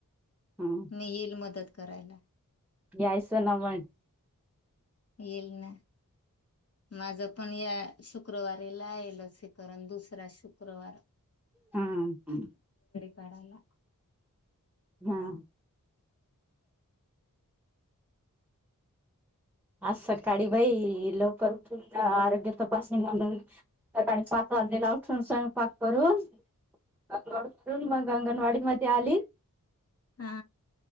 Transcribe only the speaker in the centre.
ह
ग्यायसना म
हम्
हम आज सकाळी बाई लवकर तुम आरोग्य तपासणी म्हणून सकाळी पाच वाजेला उठून स्वयंपाक करून अडून मग अंगणवाडी मध्ये आली